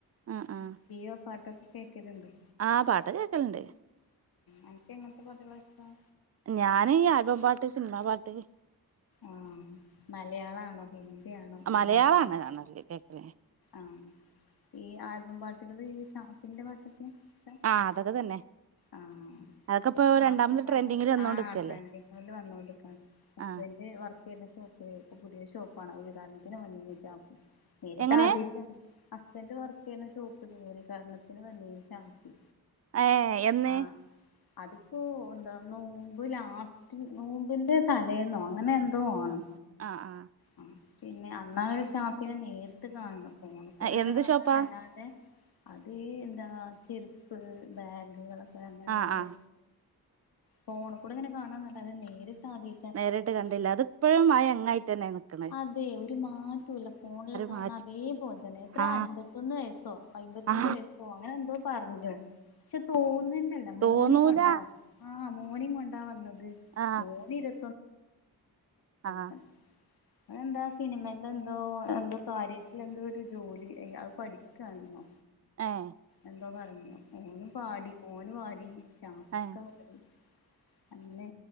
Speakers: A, on the right (about 40°); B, on the left (about 70°).
A: ആഹ് ആഹ്
B: <unintelligible> പാട്ടൊക്കെ കേൾക്കലുണ്ടോ
A: ആഹ് പാട്ടൊക്കെ കേക്കലുണ്ട്
B: അനക്ക് എങ്ങനത്തെ പാട്ടുകളാ ഇഷ്ടം
A: ഞാന് ഈ ആൽബം പാട്ട് സിനിമാ പാട്ട്
B: ആഹ് മലയാള ആണോ ഹിന്ദി ആണോ തമിഴാണോ
A: മലയാളാണ് കാണല് കേക്കല്
B: ആഹ് ഈ ആൽബം പാട്ടുകള് ഷാഫിന്റെ പാട്ടൊക്കെ ഇഷ്ടാ
A: ആഹ് അതൊക്കെ തന്നെ
B: ആഹ്
A: അതൊക്കെ ഇപ്പൊ
B: ഷാഫി
A: രണ്ടാമത്
B: <unintelligible>
A: ട്രെൻഡിങ്ങിൽ വന്നോണ്ട്
B: ആഹാ
A: നിക്കല്ലേ
B: ട്രെൻഡിങ്ങില് വന്നുകൊണ്ടിരിക്കാണ്
A: ആ
B: <unintelligible> വർക്ക് വരുന്ന ഷോപ്പ് പുതിയ ഷോപ്പാണ് ഉദ്ഘാടനത്തിന് വന്നിന്നു ഷാഫി നേരിട്ട്
A: എങ്ങനെ
B: ആദ്യ ഹസ്ബൻഡറ് വർക്ക് ചെയ്യാണ് ഷോപ്പ്ൽ ഉദ്ഘാടനത്തിന് വന്നിന്നു ഷാഫി
A: ഏഹ് എന്ന്
B: ആഹ് അതിപ്പോ എന്താ നോമ്പ് ലാസ്റ്റ് നോമ്പിന്റെ തല ലേന്നോ അങ്ങനെ എന്തോആണ്
A: ആഹ് ആഹ്
B: ഉം പിന്നെ അന്നാണ് ഷാ ഫിനെ നേരിട്ട് കാണണം ഫോണിക്കൂടങ്ങനെ
A: ആ, എന്ത്
B: കാണാന്നല്ലാണ്ടെ
A: ഷോപ്പാ
B: അത് ഈ എന്താ ചെരുപ്പ് ബാഗുകളൊക്കെങ്ങനല്ലെ
A: ആ ആ
B: ഫോണി കൂടെ ഇങ്ങനെ കാണാന്നല്ലാതെ നേരിട്ട് ആദ്യ
A: നേരിട്ട് കണ്ടില്ല അതിപ്പഴും ആ യങ്ങായിട്ട് തന്നെയാ നിക്കന്നത്
B: അതേ ഒരു മാറ്റൂല്ല ഫോണില് കാണാൻ
A: മാറ്റി
B: അതേപോലെ തന്നെ എത്ര
A: ആ
B: അൻമ്പപത്തൊന്ന് വയസ്സോ അമ്പത്തിരണ്ട്
A: ആ
B: വയസ്സോ അങ്ങനെ എന്തോ പറഞ്ഞു പക്ഷെ തോന്നന്നല്ല മോനേം
A: തോന്നൂല
B: കൊണ്ടാ വന്നത് ആഹ് മോനേം കൊണ്ടാ വന്നത്
A: ആ
B: മോന് ഇരു
A: ആ
B: <unintelligible> അതെന്താ സിനിമന്റെ എന്തോ എന്തോ കാര്യത്തിൽ എന്തോ ഒരു ജോലി അത് പഠിക്കയാണെന്നോ
A: ഏഹ്
B: എന്തോ പറഞ്ഞു ഓനും പാടി ഓന് ആടി ഷാഫി
A: ഏ
B: അങ്ങനെ